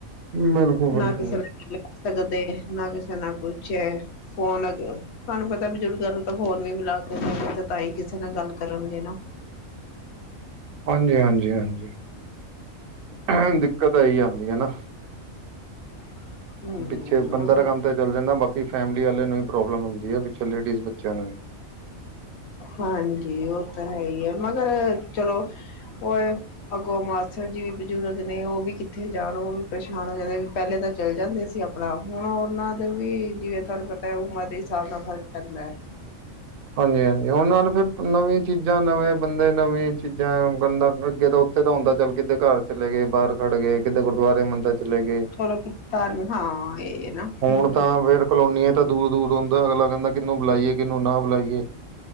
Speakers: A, on the right; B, on the left.
A: ਬਿਲਕੁਲ
B: ਨਾ
A: ਬਿਲਕੁਲ
B: ਕਿਸੇ <unintelligible> ਕਦੋ ਗਏ ਨਾ ਕਿਸੇ ਨਾ ਕੋਈ ਚੈਟ ਫੋਨ ਅਗੇ, ਤੁਆਨੂ ਪਤਾ <unintelligible> ਤੇ ਫੋਨ ਵੀ ਮਿਲਾ ਕੇ ਦੋਗੇ ਤੇ ਤਾਂ ਈ ਕਿਸੇ ਨਾਲ ਗੱਲ ਕਰਨਗੇ ਨਾ।
A: ਹਾਂਜੀ-ਹਾਂਜੀ, ਹਾਂਜੀ ਅਆ ਦਿੱਕਤ ਆਈ ਆਂਦੀ ਐ ਨਾ।
B: <inaudible> ਹੂੰ
A: ਪਿੱਛੇ ਬੰਦਾ
B: ਉਹ
A: ਤਾ
B: ਤੇ
A: ਕੰਮ ਤਾਂ ਚੱਲ ਜਾਂਦਾ ਬਾਕੀ ਫੈਮਲੀ ਆਲੇ ਨੂੰ ਇ ਪ੍ਰੋਬਲਮ ਹੁੰਦੀ ਐ ਪਿੱਛੇ ਲੇਡੀਜ਼ ਬੱਚੇਆਂ ਨੂੰ ਈ।
B: ਹਾਂਜੀ, ਓ ਤਾ ਹੈ ਈ ਐ ਮਗਰ, ਚਲੋ ਓ ਐ, ਅਗੋਂ ਮਾ- ਅੱਛਾ ਜੀ ਵੀ ਬਜ਼ੁਰਗ ਨੇ ਓ ਵੀ ਕਿੱਥੇ ਜਾਨ ਓ ਵੀ ਪਰੇਸ਼ਾਨ ਹੋ ਜਾਂਦੇ ਵੀ ਪੈਲੇ ਤਾਂ ਚੱਲ ਜਾਂਦੇ ਸੀ ਆਪ ਪਲਾ ਹੁਣ ਓਨਾਂ ਦੇ ਵੀ, ਜਿਵੇਂ ਤੁਆਨੂੰ ਪਤਾ ਐ ਉਮਰ ਦੇ ਹਿਸਾਬ ਨਾਲ ਫਰਕ ਪੈਂਦੈੈੈ।
A: ਹਾਂਜੀ-ਹਾਂਜੀ, ਓਨਾਂ ਨੂੰ ਫਿਰ ਨਵੀਂ ਚੀਜ਼ਾਂ ਨਵੇਂ ਬੰਦੇ ਨਵੀਂ ਚੀਜਾ ਬੰਦਾ ਅੱਗੇ ਤਾਂ ਓਥੇ ਦਾ ਹੁੰਦਾ ਚੱਲ ਕਿਤੇ ਘਾਰ ਚਲੇ ਗੇ ਬਾਰ ਖੜ ਗੇ ਕਿੱਤੇ ਗੁਰਦੁਆਰੇ ਮੰਦਰ 'ਚ ਚਲੇ ਗੇ।
B: ਚਲੋ <unintelligible> ਏ ਏ ਨਾ
A: ਹੁਣ
B: ਹੂੰ
A: ਤਾਂ ਫੇਰ ਕਲੋਨੀਆਂ ਤਾਂ ਦੂਰ-ਦੂਰ ਹੁੰਦਾ ਅਗਲਾ ਕੈਂਦਾ ਕਿਨੂੰ ਬੁਲਾਈਏ ਕਿਨੂੰ ਨਾ ਬੁਲਾਈਏ।